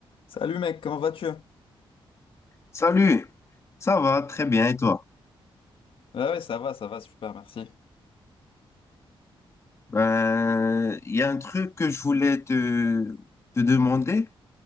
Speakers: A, on the left; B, on the left.
A: Salut mec, comment vas-tu?
B: Salut, ça va très bien et toi?
A: Ah ouais, ça va, ça va, super, merci.
B: Ben, il y a un truc que je voulais te, te demander.